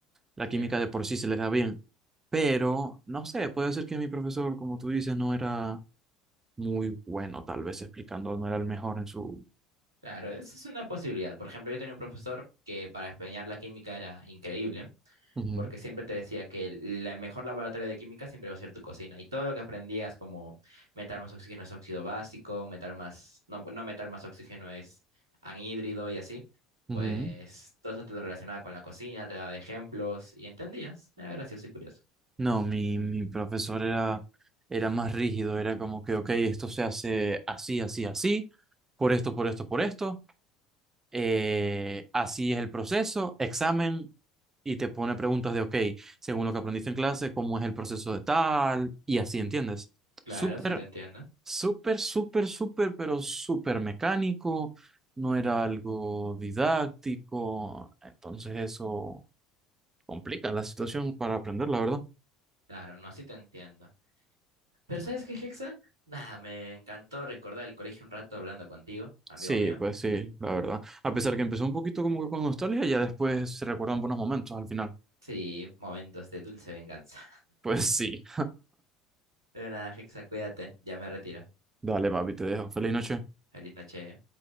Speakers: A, on the right; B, on the right.
A: la
B: Sí.
A: química de por sí se les da bien, pero no sé, puede ser que mi profesor, como tú dices, no era muy bueno, tal vez explicando, no era el mejor en su...
B: Claro, eso es una posibilidad. Por ejemplo, yo tenía un profesor que para enseñar la química era increíble,
A: Ujú,
B: porque siempre te decía que el- la mejor laboratorio de química siempre va a ser tu cocina. Y todo lo que aprendías, como metal más oxígeno es óxido básico, metal más, no, no metal más oxígeno es anhídrido y así,
A: ujú.
B: pues todo eso te lo relacionaba con la cocina, te daba ejemplos y entendías. Era gracioso y curioso.
A: No, mi, mi profesor era, era más rígido, era como que, ok, esto se hace así, así, así, por esto, por esto, por esto, eh, así es el proceso, examen. Y te pone preguntas de, ok, según lo que aprendiste en clase, ¿cómo es el proceso de tal? Y así, ¿entiendes?
B: Claro,
A: Súper
B: sí te entiendo.
A: súper, súper, súper, pero súper mecánico, no era algo didáctico, entonces eso complica la situación para aprender, la verdad.
B: Claro, no, sí te entiendo. Pero ¿sabes qué, Hexa? Nada, me encantó recordar el colegio un rato hablando contigo, amigo
A: Sí,
B: mío.
A: pues sí, la verdad. A pesar que empezó un poquito como que con nostalgia, ya después se recuerdan buenos momentos al final. <laughs>
B: Sí, momentos de dulce venganza.
A: Pues sí.
B: Pero nada, Hexa, cuídate. Ya me retiro.
A: Dale, papi, te dejo. Feliz noche.
B: Feliz noche.